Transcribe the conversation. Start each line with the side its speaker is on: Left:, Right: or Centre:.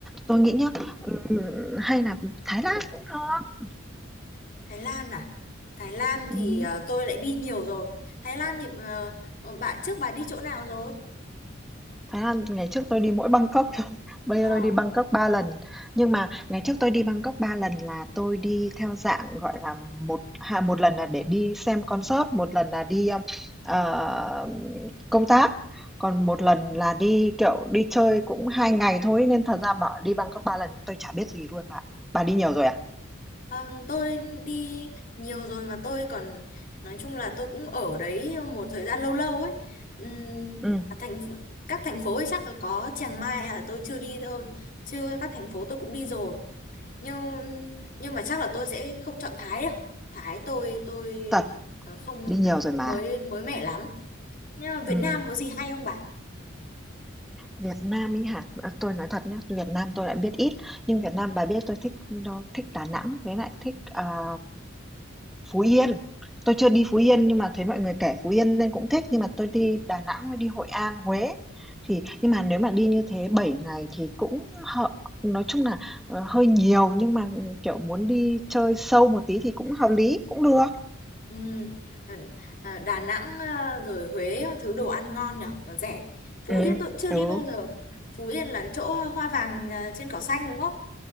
Centre: tôi nghĩ nhá, ừm, hay là Thái Lan cũng được.
Left: Thái Lan à? Thái Lan thì
Centre: Ừm.
Left: ờ, tôi lại đi nhiều rồi. Thái Lan thì ờ, ờ, bạn trước bà đi chỗ nào rồi?
Centre: Thái Lan ngày trước tôi đi mỗi Bangkok thôi, <laughs> bây
Left: Ờ,
Centre: giờ tôi đi Bangkok 3 lần. Nhưng mà ngày trước tôi đi Bangkok 3 lần là tôi đi theo dạng gọi là một hà- một lần là để đi xem concert, một lần là đi um, ờ, công tác, còn một lần là đi kiểu đi chơi cũng hai ngày thôi nên thật ra bảo đi Bangkok 3 lần tôi chả biết gì luôn bạn. Bà đi nhiều rồi à?
Left: ờ, tôi đi nhiều rồi mà tôi còn nói chung là tôi cũng ở đấy một thời gian lâu lâu ấy. Ừm,
Centre: Ừ,
Left: thành các thành phố ấy chắc là có Chiang Mai là tôi chưa đi thôi. Chứ các thành phố tôi cũng đi rồi. Nhưng nhưng mà chắc là tôi sẽ không chọn Thái đâu. Thái tôi tôi
Centre: thật,
Left: ờ, không
Centre: đi nhiều rồi
Left: không
Centre: mà.
Left: mới mới mẻ lắm. Nhưng mà Việt
Centre: Ừ.
Left: Nam có gì hay không bà?
Centre: Việt Nam ấy hả? À, tôi nói thật nhé, Việt Nam tôi lại biết ít, nhưng Việt Nam bà biết tôi thích đâu thích Đà Nẵng với lại thích à, Phú Yên. Tôi chưa đi Phú Yên nhưng mà thấy mọi người kể Phú Yên nên cũng thích nhưng mà tôi đi Đà Nẵng với đi Hội An, Huế. Thì nhưng mà nếu mà đi như thế 7 ngày thì cũng hợp nói chung là ờ, hơi nhiều nhưng mà ừ, kiểu muốn đi chơi sâu một tí thì cũng hợp lý, cũng được.
Left: Ừ. À, Đà Nẵng à, rồi Huế thứ đồ ăn ngon nhở và rẻ Phú
Centre: Ừ.
Left: Yên tôi cũng chưa
Centre: Ừ.
Left: đi bao giờ Phú Yên là cái chỗ ờ, hoa vàng à, trên cỏ xanh đúng không